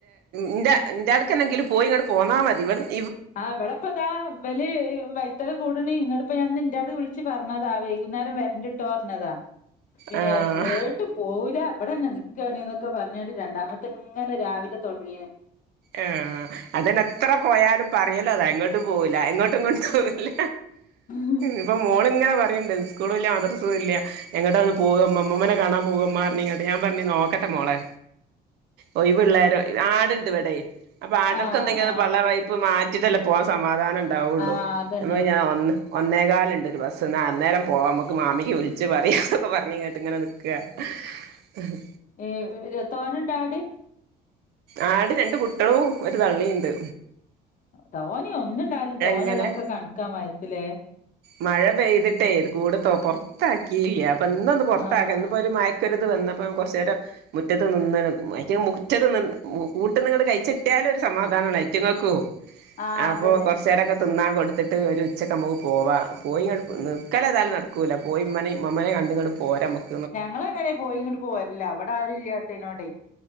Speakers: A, on the right (about 75°); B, on the left (about 50°).
A: ഇന്റെ ഇന്റാടെക്കെങ്കിലും പോയി ഇങ്ങട്ട് പോന്നാൽ മതി ഇവി
B: ആഹ് ഇവിടെ ഇപ്പതാ ഇബല് വൈ ഇത്തൽ കൂടണി ഇന്നിട്ടിപ്പോ ഞാൻ ഇന്റാട് വിളച്ച് പറഞ്ഞതാ വൈകുന്നേരം വരണ്ടിട്ടോ പറഞ്ഞതാ പിന്നെ
A: ആഹ്
B: ഏട്ടും പോവൂല ഇവിടെ നിൽക്കണീന്നൊക്കെ പറഞ്ഞ് രണ്ടാമത്തെ ഇങ്ങനെ രാവിലെ തുടങ്ങിയതാ
A: ആഹ് അതെന്നെ എത്ര പോയാലും പറയലതാ എങ്ങോട്ടും പോവില്ല എങ്ങോട്ടും ഇങ്ങോട്ടും ഇല്ല
B: ഉം
A: ഇപ്പോ മോളിങ്ങനെ പറയുന്നുണ്ട് സ്കൂളില്ല മദ്രസയൊന്നുമില്ല എങ്ങോട്ട് ഒന്ന് പോവ്വാ ഉമ്മുമ്മാനെ കാണാൻ പോവ്വുമ്മാന്ന് പറഞ്ഞ് ഞാൻ പറഞ്ഞ് നോക്കട്ടെ മോളെ ഒഴിവുള്ളേരം ആടുണ്ടിവടെ അപ്പൊ ആടുകൾക്ക്
B: ആഹ്
A: എന്തെങ്കിലും
B: ആഹ്
A: പള്ള വയപ്പ് മാറ്റിയിട്ടല്ലേ പോവാൻ സമാധാനം ഉണ്ടാവുള്ളു
B: ആഹ് അതന്നെ
A: എന്ന് ഞാൻ ഒന്ന് ഒന്നേകാലിനുണ്ട് ഒരു ബസ്സ് എന്ന അന്നേരം പോവാ നമ്മക്ക് മാമിനെ വിളിച്ച് പറയാനൊക്കെ പറഞ്ഞാണ്ട് ഇങ്ങനെ നിക്കാണ് ഹ്
B: ഏഹ് ഇര തോനെയുണ്ടോ അവിടെ
A: ആട് രണ്ടു കുട്ടികളും ഒരു തള്ളയുമുണ്ട്
B: തോനെയോ ഒന്നുണ്ടായാലും തോനള്ളൊക്കെ
A: ഇങ്ങനെ
B: കണക്കാ മയത്തില്
A: മഴ പെയ്തിട്ടേ കൂട് പുറത്താക്കിയിട്ടില്ല അപ്പൊ ഇന്നൊന്ന് പുറത്താക്ക
B: ആഹ്
A: ഇന്നൊരു മയ മുക്കരുത് നിന്നപ്പോം കുറച്ചു നേരം മുറ്റത്ത് നിന്നണ് അയിന് മുറ്റത് നി കൂട്ടിന്നിങ്ങട് കഴിച്ചിട്ടിയാലും ഒരു സമാധാനമാണ് അയറ്റങ്ങൾക്കൂ
B: ആഹ്
A: അപ്പൊ
B: അതന്നെ
A: കൊറച്ചു നേരൊക്കെ തിന്നാൻ കൊടുത്തിട്ട് ഒരു ഉച്ചക്ക് നമുക്ക് പോവാം പോയി നിൽക്കല് ഏതായാലും നടക്കൂല്ല പോയി ഉമ്മനെയും ഉമ്മുമ്മാനെയും കണ്ടുങ്ങാണ്ട് പോരാം നമ്മക്ക്
B: ഞങ്ങള് ഇങ്ങനെ പോയിങ്ങാണ്ട് പോരലാ അവിടെ ആരുല്ലാത്തേനോടെ